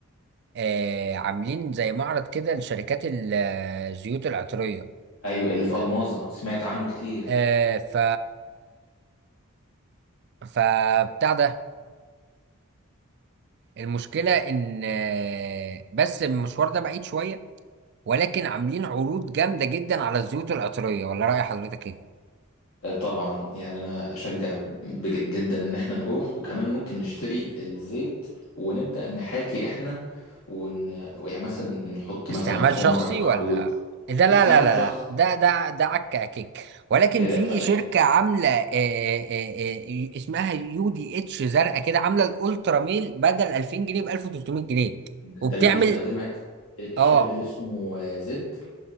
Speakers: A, on the right; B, on the left.
A: آه عاملين زي معرض كده لشركات ال- آه، الزيوت العطرية
B: أيوة اللي في ألماظة سمعت عنه كتير
A: آه ف فبتاع ده المشكلة ان آه، بس المشوار ده بعيد شوية ولكن عاملين عروض جامدة جدا على الزيوت العطرية ولا رأي حضرتك ايه
B: آه، طبعا يعني انا اشجع بج- جدا ان احنا نروح وكمان ممكن نشتري الزيت ونبدا نحاكي احنا ون... يعني مثلا نحط مثلا
A: استعمال
B: خمره
A: شخصي
B: بعود
A: ولا ده لا
B: استعمال
A: لا لا
B: شخص
A: لا ده ده ده عك عكيك ولكن
B: آه،
A: في شركة عاملة آه، آه، آه، اسمها يو دي اتش زرقاء كده عاملة الالترا ميل بدل 2000 جنيه ب 1300 جنيه
B: ده
A: وبتعمل
B: اللي بيستخدمها الشاب
A: اه
B: اللي اسمه آه، زد